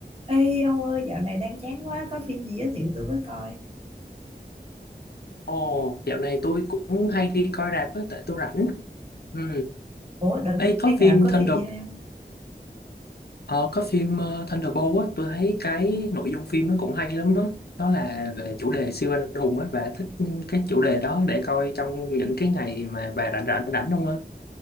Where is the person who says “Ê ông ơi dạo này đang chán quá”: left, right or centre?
Right